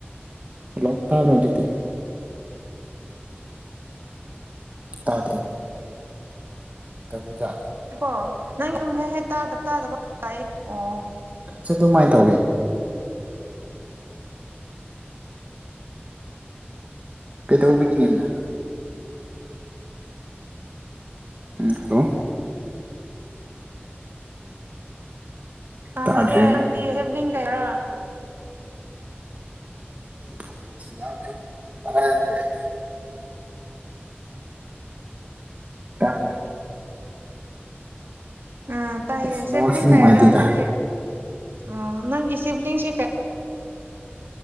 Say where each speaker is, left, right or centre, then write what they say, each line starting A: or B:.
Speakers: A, on the right; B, on the right.
A: ꯍꯜꯂꯣ ꯇꯥꯕ꯭ꯔꯣ ꯍꯧꯖꯤꯛꯇꯤ ꯇꯥꯗ꯭ꯔꯦꯅꯦ ꯇꯧꯏꯖꯥꯠ
B: ꯀꯣ ꯅꯪ ꯑꯗꯨꯨꯝ ꯍꯦꯛ ꯍꯦꯛ ꯇꯥꯗꯕ ꯇꯥꯗꯕ ꯂꯥꯏ ꯑꯣ
A: ꯑꯩꯒꯤꯁꯨ ꯑꯗꯨꯃꯥꯏꯅ ꯇꯧꯏꯤ ꯀꯩꯇꯧꯕꯒꯤꯅꯤꯅꯦ ꯎꯝ ꯍꯂꯣ ꯇꯥꯗ꯭ꯔꯦꯕꯣ
B: ꯅꯒꯦꯡ ꯅꯪꯇꯤ ꯁꯤꯕꯂꯤꯡ ꯇꯩꯔꯣ
A: ꯑꯩ ꯁꯤꯒꯈ ꯇꯔꯥ ꯂꯩ <unintelligible> ꯇꯥꯎ꯭ꯔꯥ
B: ꯑꯥ ꯇꯥꯏꯌꯦ
A: ꯑꯁ ꯅꯦꯠꯋꯥꯛꯁꯦ
B: ꯁꯤꯕꯂꯤꯡ
A: ꯅꯨꯡꯉꯥꯏꯇꯦꯗ
B: ꯀꯥꯏꯌꯥꯔ ꯅꯪꯒꯤ ꯑ ꯅꯪꯒꯤ ꯁꯤꯕꯂꯤꯡꯁꯤ ꯀꯥꯏ